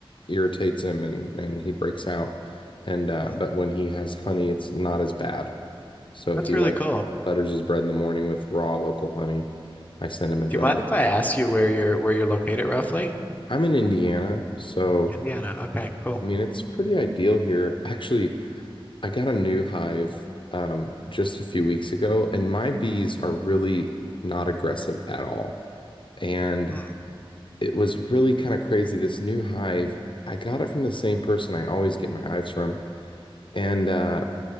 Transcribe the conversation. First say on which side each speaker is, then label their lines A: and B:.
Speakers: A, on the left; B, on the left.
A: irritates him and and he breaks out. And uh
B: hmm.
A: but when he has honey, it's not as bad. So if
B: That's
A: he
B: really
A: like
B: cool.
A: butters his bread in the morning with raw local honey, I send him a jar.
B: Do you mind if I ask you where you're where you're located roughly?
A: I'm in Indiana, so
B: Indiana. Okay, cool.
A: I mean it's pretty ideal here. Actually, I got a new hive um just a few weeks ago and my bees are really not aggressive at all. And
B: Hmm,
A: it was really kind of crazy. This new hive, I got it from the same person I always get my hives from. And uh,